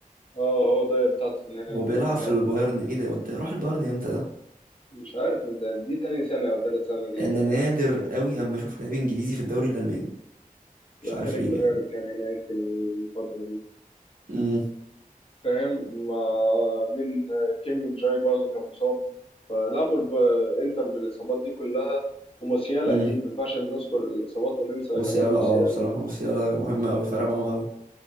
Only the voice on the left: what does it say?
اه هو داير بتاع توتنهام
لا
مش عارف انت دي تاني سنة أو تالت سنة دي
تقريبا
لا
إريك
داير
كان هناك الفترة دي
فاهم مع من آه، كيم من جاي برضه كان مصاب فلعبوا الب- انتر بالإصابات دي كلها وموسيالا
أكيد ما ينفعش نذكر الإصابات وننسى
جمال موسيالا